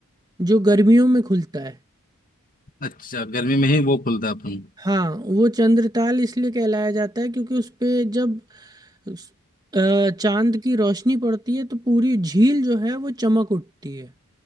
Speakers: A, on the right (about 20°); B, on the left (about 40°).
A: जो गर्मियों में खुलता है
B: अच्छा, गर्मी में ही वो खुलता अपन
A: हाँ वो चंद्रताल इसलिए कहलाया जाता है क्योंकि उस पे जब उस- अ, चांद की रोशनी पड़ती है तो पूरी झील जो है वो चमक उठती है